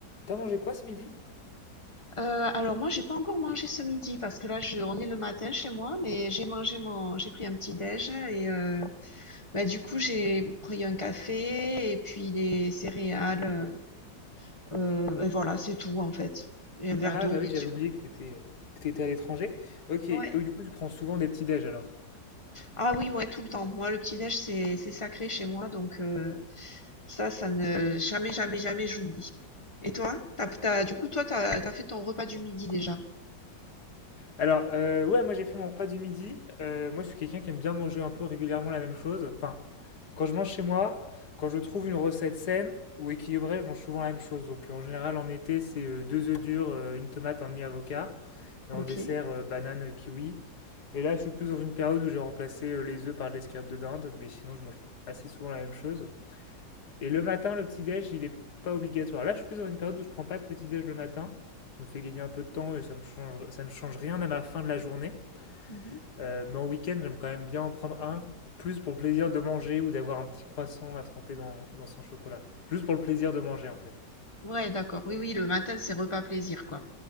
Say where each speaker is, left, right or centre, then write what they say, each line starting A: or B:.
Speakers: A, on the left; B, on the left.
A: T'as mangé quoi ce midi?
B: Euh, alors moi j'ai pas encore mangé ce midi parce que là je, on est le matin chez moi mais j'ai mangé mon j'ai pris un petit déj et euh, bah, du coup j'ai pris un café et puis des céréales euh, et voilà c'est tout en fait et un verre
A: Ah
B: d'eau
A: bah
B: bien
A: oui, j'avais
B: sûr
A: oublié que t'étais euh, que t'étais à l'étranger. Ok,
B: ouais
A: et du coup tu prends souvent des petits déj alors.
B: ah oui ouais tout le temps moi le petit déj c'est c'est sacré chez moi donc euh, ça ça ne jamais jamais jamais j'oublie et toi t'as, t'as, du coup toi t'as t'as fait ton repas du midi déjà
A: Alors euh, ouais, moi j'ai fait mon repas du midi. Euh, moi je suis quelqu'un qui aime bien manger un peu régulièrement la même chose. Enfin, quand je mange chez moi, quand je trouve une recette saine ou équilibrée, je mange souvent la même chose. Donc en général en été c'est euh, deux œufs durs, euh, une tomate, un demi avocat, et
B: ok
A: en dessert euh, banane euh, kiwi. Et là je suis plus dans une période où j'ai remplacé euh, les œufs par de l'escalope de dinde, mais sinon je mange assez souvent la même chose. Et le matin, le petit-déj, il est pas obligatoire. Là, je suis plus dans une période où je ne prends pas de petit-déj le matin. Ça me fait gagner un peu de temps et ça me change, ça ne change rien à ma fin de la journée.
B: Mhm.
A: Euh, mais en week-end, j'aime quand même bien en prendre un, plus pour le plaisir de manger ou d'avoir un petit croissant à tremper dans, dans son chocolat. Juste pour le plaisir de manger, en fait.
B: ouais d'accord oui oui le matin c'est repas plaisir quoi